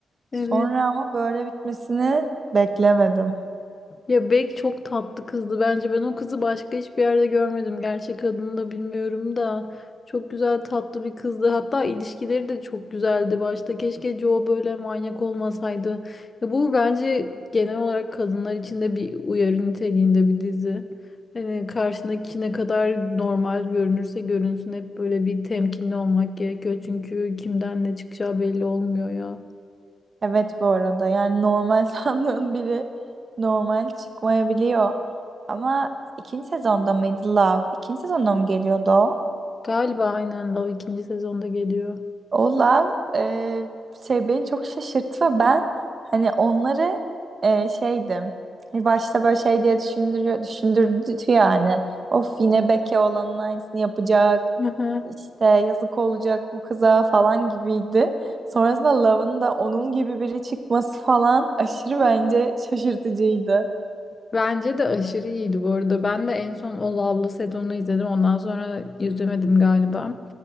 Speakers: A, on the left; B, on the right.
A: Evet.
B: Sonra ama böyle bitmesini beklemedim.
A: Ya Bek çok tatlı kızdı bence. Ben o kızı başka hiçbir yerde görmedim. Gerçek adını da bilmiyorum da. Çok güzel tatlı bir kızdı. Hatta ilişkileri de çok güzeldi başta. Keşke Joe böyle manyak olmasaydı. Ya bu bence genel olarak kadınlar için de bir uyarı niteliğinde bir dizi. Hani karşındaki ne kadar normal görünürse görünsün hep böyle bir temkinli olmak gerekiyor. Çünkü kimden ne çıkacağı belli olmuyor ya.
B: Evet bu arada yani normal <laughs> sandığın biri normal çıkmayabiliyor. Ama ikinci sezonda mıydı Love? İkinci sezonda mı geliyordu o?
A: Galiba aynen Love ikinci sezonda geliyor.
B: Olaf e, şey beni çok şaşırttı ve ben hani onları e, şeydim. Hani Başta böyle şey diye düşündürüyor, düşündürdü yani. Of yine Beke olanın aynısını yapacak.
A: <laughs>
B: İşte yazık olacak bu kıza falan gibiydi. Sonrasında Love'ın da onun gibi biri çıkması falan aşırı bence şaşırtıcıydı.
A: Bence de aşırı iyiydi bu arada. Ben de en son O Love'lı sezonunu izledim. Ondan sonra izlemedim galiba.